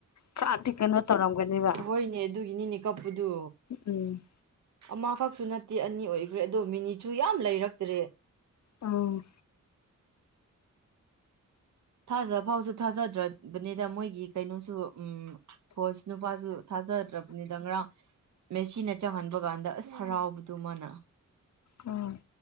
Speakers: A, on the left (about 60°); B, on the right (about 60°).
A: ꯈꯔꯥꯗꯤ ꯀꯩꯅꯣ ꯇꯧꯔꯝꯒꯅꯤꯕ
B: ꯍꯣꯏꯅꯦ ꯑꯗꯨꯒꯤꯅꯤꯅꯦ ꯀꯞꯄꯗꯨ
A: ꯎꯝ
B: ꯑꯃꯈꯛ ꯁꯨ ꯅꯠꯇꯦ ꯑꯅꯤ ꯑꯣꯏꯈ꯭ꯔꯦ ꯑꯗꯣ ꯃꯤꯅꯤꯠꯁꯨ ꯌꯥꯝ ꯂꯩꯔꯛꯇ꯭ꯔꯦ
A: ꯎꯝ
B: ꯊꯥꯖ ꯐꯥꯎꯁꯨ ꯊꯥꯖꯗ꯭ꯔꯕꯅꯦꯗ ꯃꯣꯏꯒꯤ ꯀꯩꯅꯣꯁ ꯁꯨ ꯎꯝ ꯍꯣꯁ ꯅꯨꯄꯥꯁꯨ ꯊꯥꯖ ꯗ꯭ꯔꯕꯅꯤꯗ ꯉꯔꯥꯡ ꯃꯦꯁꯤꯅ ꯆꯪꯍꯟꯕ ꯀꯥꯟꯗ ꯑꯁ ꯍꯔꯥꯎꯕꯗꯨ ꯃꯥꯅ
A: ꯎꯝ